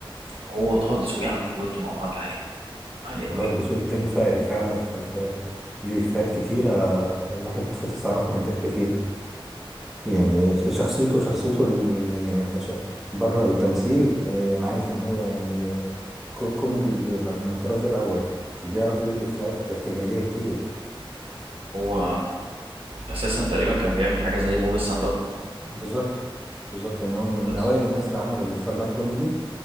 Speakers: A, on the right; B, in the centre.
A: وطه الدسوقي عاملين دويتو مع بعض عالي قوي عالي قوي
B: وطه
A: قوي
B: الدسوقي التاني فقري فعلا في في ليه إفيهات كتيرة آه، الواحد اتفطس على روحه من الضحك فيها يعني شخصيته شخصيته ال... ال- يعني كش... بره التمثيل آه، انا عارف ان هو يعني آه، كو... كوميدي ب... ب- من الطراز الاول وبيعرف يقول افيهات ارتجاليه كتير
A: هو أساسا تقريبا كان بيعمل حاجة زي موجة ستاند اب
B: بالظبط بالظبط يعني هو من, من
A: بس
B: اوائل الناس اللي عملوا الستاند اب كوميدي